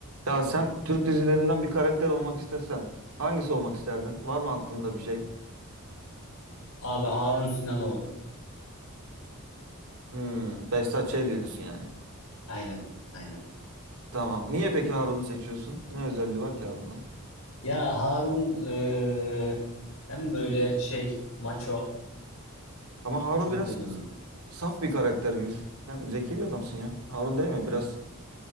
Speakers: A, on the right (about 85°); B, on the left (about 85°).
A: Ya sen Türk dizilerinden bir karakter olmak istesen hangisi olmak isterdin? Var mı aklında bir şey?
B: Abi Harun Sinanoğlu.
A: Hmm, Behzat Ç. diyorsun yani.
B: Aynen, aynen.
A: Tamam. Niye peki Harun'u seçiyorsun? Ne özelliği var ki Harun'un?
B: Ya Harun eee, hem böyle şey maço,
A: Ama Harun
B: maço
A: biraz
B: mu denir
A: s-
B: ona?
A: saf bir karakter gibi. Sen zeki bir adamsın ya. Harun değil mi? Biraz